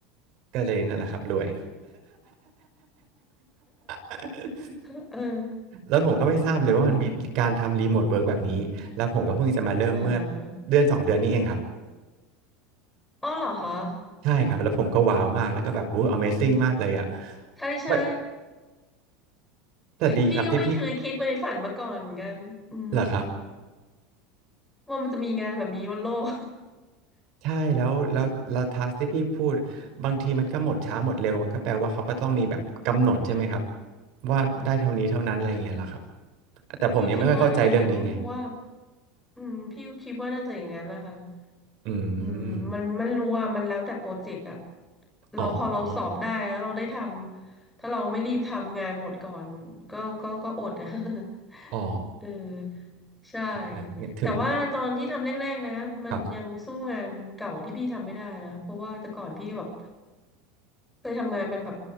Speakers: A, on the right; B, in the centre.
A: ก็เลยนั่นแหละครับรวย <laughs>
B: <laughs> เออ
A: แล้วผมก็ไม่ทราบเลยว่ามันมีการทำรีโมทเวิร์กแบบนี้
B: ก็ดี
A: แล้วผมก็เพิ่งจะมาเริ่มเมื่อ
B: อ๋อ
A: เดือนสองเดือนนี้เองครับ
B: อ๋อเหรอคะ
A: ใช่ครับ
B: อ๋อ
A: แล้วผมก็ว้าวมาก แล้วก็แบบวู้ Amazing มากเลยอ่ะ
B: ใช่ใช่
A: ไม่แต่ดีครับที่พี่
B: พี่ก็ไม่เคยคิดไปฝันมาก่อนเหมือนกันอืม
A: เหรอครับ
B: ว่ามันจะมีงานแบบนี้บนโลก
A: ใช่แล้วแล้วแล้วทักที่พี่พูดบางทีมันก็หมดช้าหมดเร็วมันก็แปลว่าเขาก็ต้องมีแบบกำหนดใช่ไหมครับว่าได้เท่านี้เท่านั้นอะไรอย่างเงี้ยเหรอครับ
B: <laughs>
A: แต่ผมยังไม่ค่อยเข้าใจเรื่องนี้ไง
B: พี่คิดว่าน่าจะอย่างนั้นเพราะว่าอืมพี่ก็คิดว่าน่าจะอย่างนั้นนะคะ
A: อื
B: อืมมันมันรู้ว่ามันแล้วแต่โปรเจกต์อะ
A: ม
B: เราพอเราสอบได้แล้วเราได้ทำถ้าเราไม่รีบทำงานหมดก่อนก็ก็ก็อดนะ
A: อ๋อ
B: <laughs>
A: อ๋อ
B: เออ ใช่
A: นะถึง
B: แต่ว่าตอนที่ทำแรกๆนะมันยังสู้งานเก่าที่พี่ทำไม่ได้นะเพราะว่าแต่ก่อนพี่แบบ
A: ครับ
B: เคยทำงานเป็นแบบ